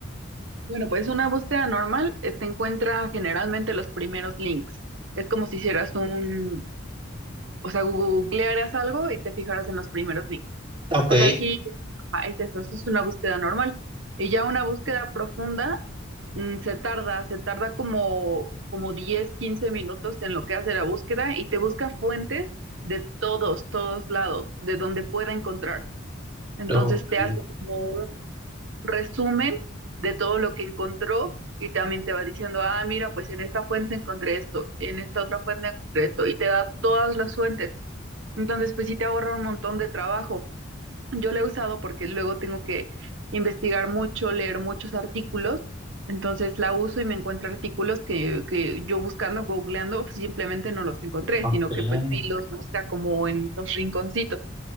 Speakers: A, on the right; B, on the right.
A: Bueno, pues una búsqueda normal eh, te encuentra generalmente los primeros links. Es como si hicieras un, o sea, googlearas algo y te fijaras en los primeros links.
B: Ok,
A: O sea, sí, ajá, es eso, eso es una búsqueda normal. Y ya una búsqueda profunda mm, se tarda, se tarda como, como 10 15 minutos en lo que hace la búsqueda y te busca fuentes de todos, todos lados, de donde pueda encontrar. Entonces
B: ok,
A: te hace como un resumen de todo lo que encontró y también te va diciendo, ah, mira, pues en esta fuente encontré esto, en esta otra fuente encontré esto, y te da todas las fuentes. Entonces, pues sí te ahorra un montón de trabajo. Yo la he usado porque luego tengo que investigar mucho, leer muchos artículos. Entonces la uso y me encuentro artículos que, que yo buscando, googleando, pues, simplemente no los encontré,
B: ok.
A: sino que pues sí los busca como en los rinconcitos.